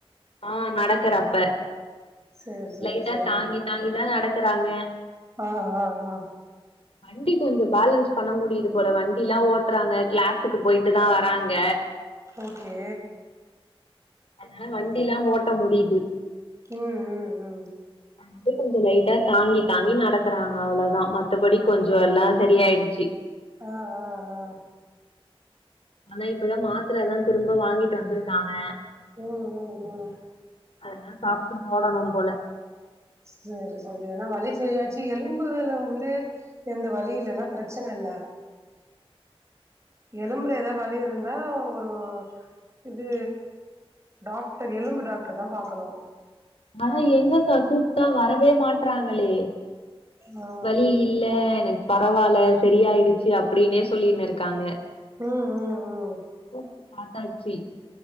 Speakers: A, on the left; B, on the right.
A: ஆ நடக்கறப்ப
B: சேரி சேரி
A: லைட்டா
B: சேரி
A: தாங்கி தாங்கி தா நடக்கறாங்க
B: ஆ ஆ ஆ
A: வண்டி கொஞ்சோ பேலன்ஸ் பண்ண முடியிது போல வண்டிலா ஓட்றாங்க கிளாசுக்கு போயிட்டு தா வராங்க
B: ஓகே
A: அதுனால வண்டிலா ஓட்ட முடியிது
B: ம் ம் ம்
A: <unintelligible> <unintelligible> கொஞ்சோ லைட்டா தாங்கி தாங்கி நடக்கிறா அவ்ளோதா மத்தபடி கொஞ்சோ எல்லா செரியாயிடுச்சு
B: ஆ ஆ ஆ
A: ஆனா இப்பதா மாத்ரதா திரும்ப வாங்கிட்டு வந்திருக்காங்க
B: ம் ம் ம்
A: அதெல்லா சாப்ட்டு போடணும் போல
B: சேரி செஏரி ஏன்னா வலி செரியாச்சு எலும்புல வந்து எந்த வழி இல்லனா பிரச்சன இல்ல எலும்புல ஏதா வழி இருந்தா ஒரு இது டாக்டர் எலும்பு டாக்டர் தா பாக்கணு
A: ஆனா எங்கக்கா கூப்ட்டா வரவே மாட்றாங்களே
B: ஆ
A: வலி இல்ல எனக்கு பரவாயில்ல செரியாயிடுச்சு அப்டினே சொல்லினுருக்காங்க
B: ம் ம் ம்
A: <inaudible>